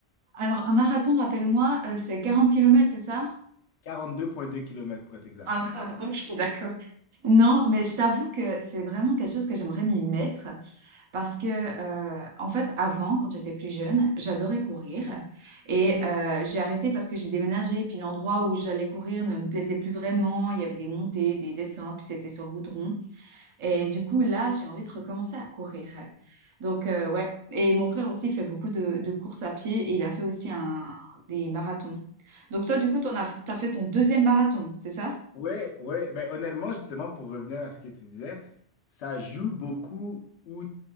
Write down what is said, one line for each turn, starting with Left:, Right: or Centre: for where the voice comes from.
Right: Alors, un marathon, rappelle-moi, euh, c'est 40 kilomètres, c'est ça?
Left: 42,2 km pour être exact.
Right: Ah, <laughs> ok, d'accord. Non, mais je t'avoue que c'est vraiment quelque chose que j'aimerais m'y mettre parce que, euh, en fait, avant, quand j'étais plus jeune, j'adorais courir et euh, j'ai arrêté parce que j'ai déménagé, puis l'endroit où j'allais courir ne me plaisait plus vraiment, il y avait des montées, des descentes, puis c'était sur le goudron. Et du coup, là, j'ai envie de recommencer à courir. Donc, euh, ouais. Et mon frère aussi fait beaucoup de, de courses à pied et il a fait aussi un, des marathons. Donc, toi, du coup, tu as, t'as fait ton deuxième marathon, c'est ça?
Left: Ouais, ouais, ben honnêtement, justement, pour revenir à ce que tu disais, ça joue beaucoup où.